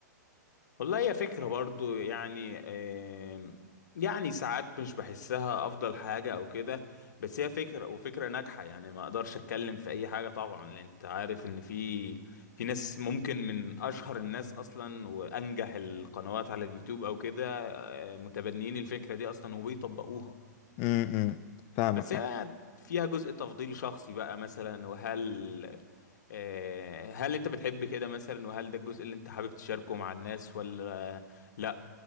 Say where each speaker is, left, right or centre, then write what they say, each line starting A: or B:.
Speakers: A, on the left; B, on the left.
A: والله هي فكرة برضو يعني آم، يعني ساعات مش بحسها أفضل حاجة أو كده بس هي فكرة وفكرة ناجحة يعني ما أقدرش أتكلم في أي حاجة طبعا لأن أنت عارف إن في في ناس ممكن من أشهر الناس أصلا وأنجح القنوات على اليوتيوب أو كده آه، متبنيين الفكرة دي أصلا وبيطبقوها
B: امم فاهمك
A: بس
B: فاهمك
A: هي فيها جزء تفضيل شخصي بقى مثلا وهل آه، هل أنت بتحب كده مثلا وهل ده الجزء اللي أنت حابب تشاركه مع الناس ولا لا